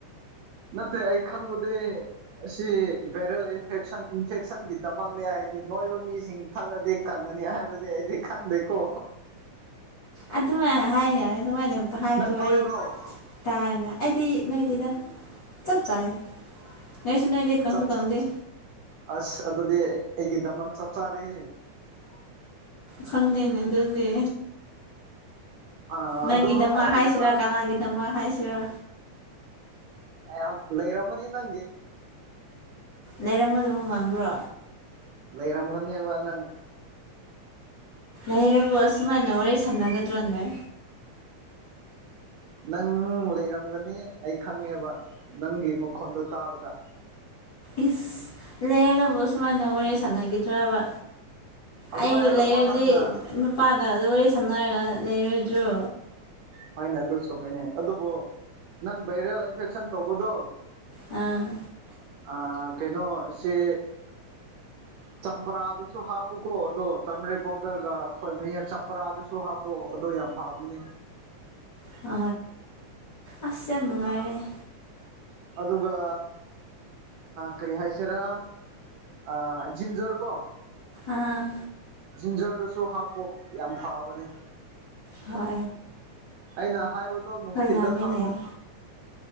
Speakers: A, on the right (about 75°); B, on the left (about 90°).
A: ꯅꯠꯇꯦ ꯑꯩ ꯈꯪꯕꯗꯤ ꯑꯁꯤ ꯚꯥꯏꯔꯦꯜꯁꯟ ꯏꯟꯐꯦꯛꯁꯟꯒꯤꯗꯃꯛꯅꯦ ꯍꯥꯏꯗꯤ ꯅꯣꯏꯕ ꯃꯤꯁꯤꯡ ꯊꯛꯑꯗꯤ ꯀꯪꯉꯅꯤ ꯍꯥꯏꯕꯗꯤ ꯑꯩ ꯗꯤ ꯈꯪꯗꯀꯣ
B: ꯑꯗꯨꯃꯥꯏꯅ ꯍꯥꯏꯅꯤ ꯑꯗꯨꯃꯥꯏꯅ ꯍꯥꯏꯕꯗꯣ
A: ꯅꯪ ꯅꯣꯏꯕ꯭ꯔꯣ
B: ꯑꯩ ꯇꯥꯏꯅꯦ ꯑꯩꯗꯤ ꯅꯅꯥꯗꯤꯗ ꯆꯞ ꯆꯥꯦ ꯉꯅꯥꯏꯁꯨ ꯅꯅꯥꯏꯗꯦ ꯀꯪꯁꯨ
A: ꯆꯞ
B: ꯀꯪꯗꯦ
A: ꯑꯁ ꯑꯗꯨꯗꯤ ꯑꯩꯒꯤ ꯗꯃꯥꯡ ꯆꯞ ꯆꯥꯔꯦꯦ
B: ꯐꯪꯗꯦ ꯃ ꯗꯒ
A: ꯑꯥ
B: ꯅꯪꯒꯤꯗꯃꯛ
A: ꯑꯗꯨ ꯍꯥꯏꯔꯒ
B: ꯍꯥꯏꯁꯤꯔꯥ ꯀꯂꯥꯒꯤꯗꯃꯛ ꯍꯥꯏꯁꯤꯔꯥ
A: ꯌꯥꯝ ꯂꯩꯔꯝꯕꯅꯤ ꯅꯪꯒꯤꯦ
B: ꯂꯩꯔꯝꯒꯗꯕ ꯃꯝꯕ꯭ꯔꯣ
A: ꯂꯩꯔꯝꯒꯅꯦꯕ ꯅꯪ
B: ꯑꯩ ꯔꯔꯕ ꯁꯃꯥꯏꯅ ꯋꯥꯔꯤꯔꯦ ꯁꯥꯟꯅꯒꯗ꯭ꯔꯣꯅꯦ
A: ꯅꯪ ꯂꯩꯔꯝꯒꯅꯤ ꯑꯩ ꯈꯪꯉꯦꯕ ꯅꯪꯒꯤ ꯃꯈꯣꯟꯗꯣ ꯇꯥꯕꯗ
B: ꯏꯁ ꯂꯩꯔꯒꯕꯨ ꯁꯨꯃꯥꯏꯅ ꯋꯥꯔꯤ ꯁꯥꯟꯅꯈꯤꯗ꯭ꯔꯕ
A: ꯑꯗꯨ
B: ꯑꯩꯁꯨ
A: ꯍꯥꯏꯔꯒꯀꯣ
B: ꯂꯩꯔꯗꯤ
A: ꯅꯪꯅ
B: ꯅꯨꯄꯥꯒ ꯋꯥꯔꯤ ꯁꯥꯟꯅꯔꯒ ꯂꯩꯔꯣꯏꯗ꯭ꯔꯣ
A: ꯍꯣꯏꯅꯦ ꯑꯗꯨ ꯆꯨꯝꯃꯦꯅꯦ ꯑꯗꯨꯕꯨ ꯅꯪ ꯚꯥꯏꯔꯦꯜ ꯏꯟꯐꯦꯛꯁꯟ ꯇꯧꯕꯗꯣ
B: ꯑꯥ
A: ꯑ ꯀꯩꯅꯣ ꯁꯤ ꯆꯝꯄꯔꯥꯗꯨꯁꯨ ꯍꯥꯞꯄꯨꯀꯣ ꯑꯗꯣ ꯇꯃꯔꯤ ꯄꯥꯎꯗꯔꯒ ꯑꯩꯈꯣꯏ ꯃꯤ ꯆꯝꯄꯔꯥꯗꯨꯁꯨ ꯍꯥꯞꯄꯨ ꯑꯗꯣ ꯌꯥꯝ ꯐꯥꯕꯅꯦ
B: ꯍ ꯑꯦ ꯅꯨꯡꯉꯥꯏꯅꯦꯦ
A: ꯑꯗꯨꯒ ꯀꯔꯤ ꯍꯥꯏꯁꯤꯔꯥ ꯑ ꯖꯤꯟꯖꯔ ꯀꯣ
B: ꯑꯥ
A: ꯖꯤꯟꯖꯔꯗꯨꯁꯨ ꯍꯥꯞꯄꯣ ꯌꯥꯝ ꯐꯥꯕꯅꯦ
B: ꯍ
A: ꯑꯩꯅ ꯍꯥꯏꯕꯗꯣ ꯅꯨꯡꯊꯤꯜꯗ
B: ꯌꯥꯝꯃꯦꯅꯦ
A: ꯊꯛꯑꯣ